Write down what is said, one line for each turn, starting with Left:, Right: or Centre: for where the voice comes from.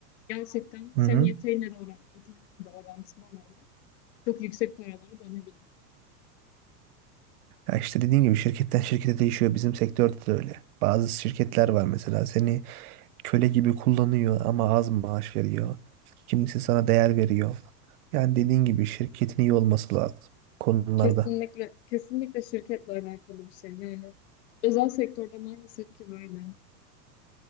Left: gerçekten
Right: Hı
Left: senin
Right: hı.
Left: yeteneğine de oran, yeteneğinle de orantılı olarak çok yüksek paralara dönebiliyor.
Right: Ya işte dediğin gibi şirketten şirkete değişiyor. Bizim sektörde de öyle. Bazı şirketler var mesela seni köle gibi kullanıyor ama az maaş veriyor. Kimisi sana değer veriyor. Yani dediğin gibi şirketin iyi olması lazım konularda.
Left: Kesinlikle, kesinlikle şirketle alakalı bir şey. Yani özel sektörde maalesef ki böyle.